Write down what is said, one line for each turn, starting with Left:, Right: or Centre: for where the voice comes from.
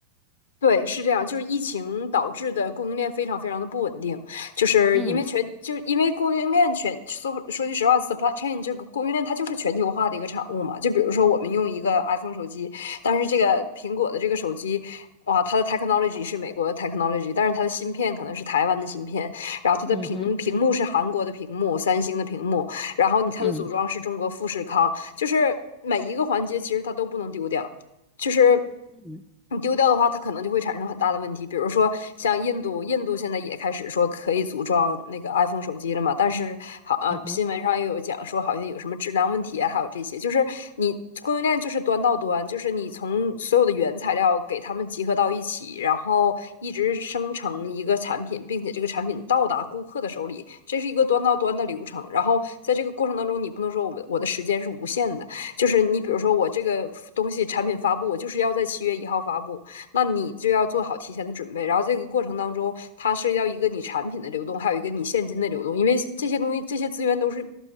Left: 对，是这样，就是疫情导致的供应链非常非常的不稳定，就是因为全，
Centre: 嗯
Left: 就是因为供应链全说说句实话，supply chain 这个供应链它就是全球化的一个产物嘛。就比如说我们用一个 iPhone 手机，但是这个苹果的这个手机，哇，它的 technology 是美国的 technology，但是它的芯片可能是台湾的芯片，然后它的屏屏幕是韩国的屏幕，
Centre: 嗯哼
Left: 三星的屏幕，然后你它的组装是中国富士康，
Centre: 嗯
Left: 就是每一个环节其实它都不能丢掉。就是
Centre: 嗯
Left: 你丢掉的话，它可能就会产生很大的问题。比如说像印度，印度现在也开始说可以组装那个 iPhone 手机了嘛，但是好呃，
Centre: 嗯哼
Left: 新闻上又有讲说好像有什么质量问题啊，还有这些，就是你供应链就是端到端，就是你从所有的原材料给他们集合到一起，然后一直生成一个产品，并且这个产品到达顾客的手里，这是一个端到端的流程。然后在这个过程当中，你不能说我们我的时间是无限的。就是你比如说我这个东西产品发布，我就是要在七月一号发布，那你就要做好提前的准备。然后这个过程当中，它涉及到一个你产品的流动，还有一个你现金的流动，因为这些东西这些资源都是。